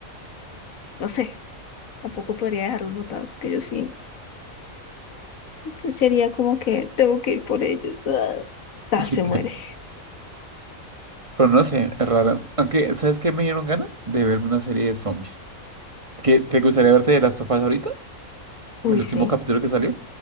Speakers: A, on the left; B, on the right.
A: no sé, tampoco podría dejar los botados, que yo sí, yo sería como que tengo que ir por ellos. ah, Tal
B: Sí,
A: se muere.
B: Pero no sé, es raro. Aunque, ¿sabes qué me dieron ganas? De verme una serie de zombies. Es que, ¿te gustaría verte de Last of Us ahorita?
A: Uy,
B: El último
A: sí,
B: capítulo que salió.